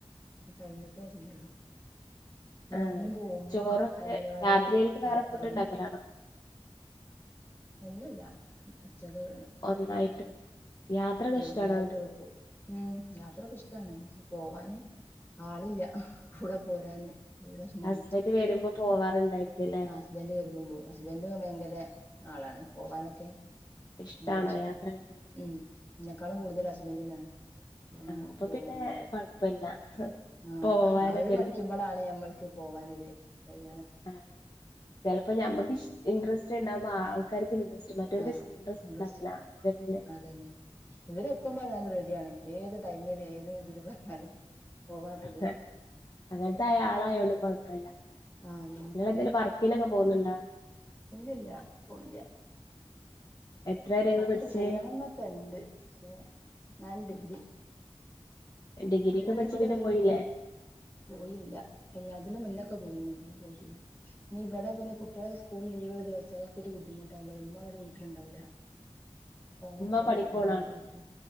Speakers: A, on the left; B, on the left.
A: കഴിഞ്ഞിട്ടേ ചെയ്യുള്ളൂ പിന്നെ
B: ആഹ്
A: ഉമ്മയും പോവും ഉമ്മ
B: ചോറൊക്കെ
A: അംഗനവാടിയില്
B: രാത്രികൾക്ക് വേറെ
A: വർക്കറാണ്
B: ഫുഡ് ഉണ്ടാക്കലാണോ
A: ഇല്ലല്ല ഉച്ചകൾ
B: ഒന്നായിട്ട് യാത്ര കെ
A: ആഹ്
B: ഇഷ്‌ടാണോ
A: ഒന്നായിട്ട് വെക്കും ഉം യാത്രയക്കെ ഇഷ്ടാണ് പോവാന് ആളില്ല കൂടെ പോരാന് പ്രശനാണ്
B: ഹസ്ബൻഡ് വരുമ്പോ പോവാറുണ്ടായിരിക്കുംല്ലേ
A: ആഹ് ഹസ്ബൻഡ് വരുമ്പോ ഹസ്ബൻഡ് ഭയങ്കര ആളാണ് പോവാനൊക്കെ
B: ഇഷ്ടാണോ
A: ഭയങ്കര ഇഷ്ട
B: യാത്രക്കെ ചെയ്യുന്നത്
A: ഉം എന്നെക്കാളും കൂടുതൽ ഹസ്ബൻഡിനാണ് അപ്പഅങ്ങനെ
B: ആഹ് അപ്പൊ
A: പോവുന്നത്
B: പിന്നെ കൊഴപ്പല്ല
A: ആഹ്
B: പോവാനൊക്കെ
A: അവര് മടിക്കുമ്പോളാണ് ഞമ്മൾക്ക് പോവാനൊരു കഴിയാന
B: ആഹ് ചിലപ്പോ നമ്മക്ക് ഇൻറ്രസ്റ്റ് ഉണ്ടാവുമ്പോ ആൾക്കാർക്ക് ഇൻട്രസ്റ്റ് മറ്റവർക്ക്
A: ആഹ് ഇൻട്രസ്റ്റ്
B: ഉണ്ടാവൂല ഹസ്ബൻഡിന്
A: അതന്നെ ഇവരെ എപ്പ പറഞ്ഞാലും റെഡിയാണ് ഏത് ടൈമില് ഏത് ഇതിൽ പറഞ്ഞാലും പോവാൻ റെഡിയാ
B: ഹേ അങ്ങനത്തെ ആളായോണ്ട് കൊഴപ്പല്ല
A: ആ അതന്നെ
B: നിങ്ങൾ എന്തേലും പറ <unintelligible> പോകുന്നു ണ്ടോ
A: ഇല്ല ഇല്ല പോണില്ല
B: എത്ര വരെ ഇങ്ങള്
A: വർക്കൊക്കെ
B: പഠിച്ചേ
A: ചെയ്യണംന്നൊക്കെ ഉണ്ട് പക്ഷേ ഞാൻ ഡിഗ്രി
B: ഡിഗ്രി
A: പിന്നെ
B: ഒക്കെ പഠിച്ച്
A: ഇവിടെ വീ
B: പോയില്ലേ
A: പോയില്ല കല്യാണത്തിന്റെ മുന്നൊക്കെ പോയിന്ന് പിന്നെ പോയിട്ടില്ല നിവിടെ ങ്ങനെ പിന്ന കുട്ടികളക്കെ സ്കൂൾലീവ്ള്ള ദിവസൊക്ക ഒരു ബുദ്ധിമുട്ടാകുമ്പോമ്മവിടെ വീട്ടിലുണ്ടാവുലാ
B: <inaudible>
A: അപ്ഒരു
B: ഉമ്മ പണിക്കോണാണോ
A: ബുദ്ധിമുട്ടായി രുന്നു